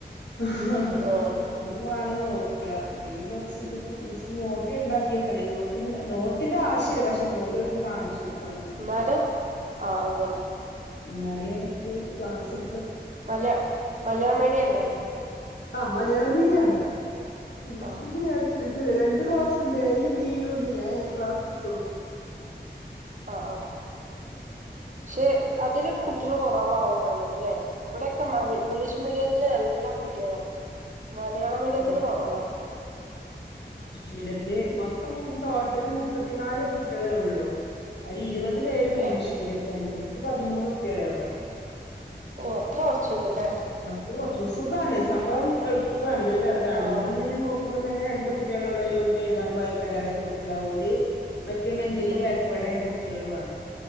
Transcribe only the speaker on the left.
ഹ് ഹ ഹ
അതും വേണം നോ ക്യ പിനെ കൊർച്ച് ത് ജസ്റ്റ് നോക്കി ണ്ടാക്കി ക്കണെ നോതൃ നോട്ടിന്റെ ആവശ്യല് പക്ഷെ നോട്ടൊൽക്ക് കാണിച്ചു കൊടു ക്കണം നമ്മള്.
ന്നാലേ മുക്ക് ക്ലാസ്ട്
ആ മലയാളം മീടിയാണ് ഇംഗ്ലീഷ്
മീഡിയം അടുത്തിട്ടണ്ട് രണ്ട് ക്ലാസ്ണ്ട് എയും ബിയും ഉണ്ട് ഞാൻ ഏ ക്ലാസ് എടുത്തു
ആ
മിഡിത്തില് മൊത്തം ടോട്ടല് മുപ്പത്തിനാല് കുട്ടികളേ ഉള്ളൂ അതി ഇരുപത്തി അത് പേരും ഇംഗ്ലീഷ്
മീഡിയത്തിലണേ ക്ക് പതിമൂന്ന് കുട്ടികളേ ഉള്ളോ
അത് കുറച്ച് സുഖാണ് സംഭവം എളുപ്പവാണ് അതാണ്
ഇപ്പൊ നി നോ <unintelligible> രണ്ട് കുട്ടികളെ ഉള്ളതില് ഒന്നും എഴുതാനും വായിക്കാൻ അറിയത്ത കുട്ടികള ഒരുര് മറ്റ മെന്റലി
ബാക്ക്വേഡ ആ തെളുവാണോ